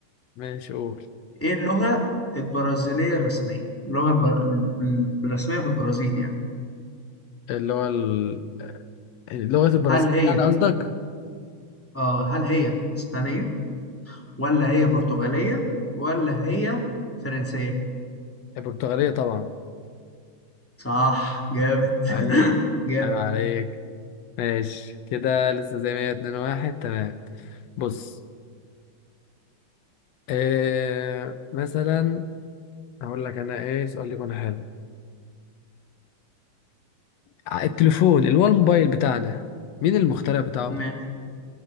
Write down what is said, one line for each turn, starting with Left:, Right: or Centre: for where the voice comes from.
Left: ماشي قول
Centre: ايه اللغة البرازيلية الرسمية اللغة البر... الرسمية في البرازيل يعني
Left: اللي هو ال- اللغة البرازيلية
Centre: هل هي
Left: يعني قصدك
Centre: آه هل هي اسبانية ولا هي برتغالية ولا هي فرنسية
Left: البرتغالية طبعا
Centre: صح جامد
Left: عيب
Centre: <laughs> جامد
Left: عيب عليك ماشي كده لسه زي ما هي اتنين واحد تمام بص إيه مثلا هقول لك انا ايه سؤال يكون حلو ع- التليفون اللي هو الموبايل بتاعنا مين المخترع بتاعه
Centre: ماشي